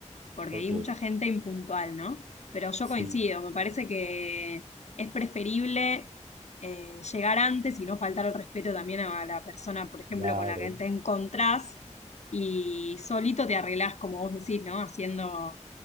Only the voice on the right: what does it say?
Ok.
Sí,
claro.